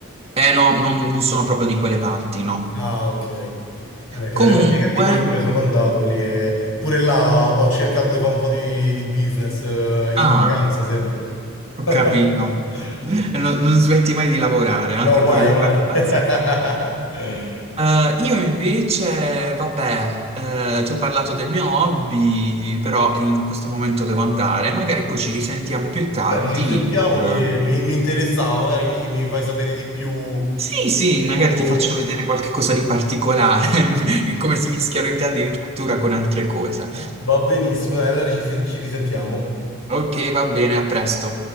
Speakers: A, on the right; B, on the left.
A: Eh no, non non sono proprio di quelle parti, no.
B: Ah, ok. Eh, Perché
A: Comunque,
B: delle parti che a Lipoli pure sono andato lì e pure là ho cercato di fare un po' di, di business eh, in
A: ah,
B: vacanza sempre.
A: ho
B: <laughs>
A: capito. Non, non smetti mai di lavorare, anche
B: No, mai,
A: pure in
B: mai.
A: vacanza.
B: <laughs> Bene,
A: Eh, io invece, vabbè, eh, ti ho parlato del mio hobby, però in questo momento devo andare. Magari poi ci risentiamo più tardi.
B: ci sentiamo
A: Eh,
B: che mi, mi interessava, magari mi, mi fai sapere di più.
A: sì, sì, magari
B: Tu-
A: ti faccio vedere qualche cosa di particolare, <laughs> come si mischiano in te addirittura con altre cose.
B: Va benissimo, dai, allora ci ci risentiamo.
A: Ok, va bene, a presto.